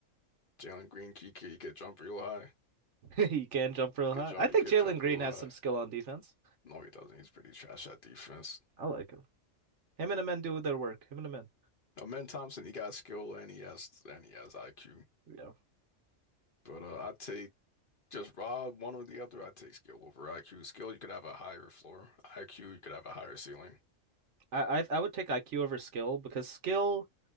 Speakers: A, on the left; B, on the right.
A: Jalen Green, Kiki, he could jump real high.
B: <laughs> He can jump real
A: Could
B: high.
A: jump,
B: I think
A: he could
B: Jalen
A: jump
B: Green
A: real
B: has
A: high.
B: some skill on defense.
A: No, he doesn't. He's pretty trash at defense.
B: I like him. Him and the men do their work. Him and the men.
A: Amen Thompson, he got skill and he has and he has IQ.
B: Yeah.
A: But uh, I take just raw one or the other. I take skill over IQ. Skill, you could have a higher floor. IQ, you could have a higher ceiling.
B: I I, I would take IQ over skill because skill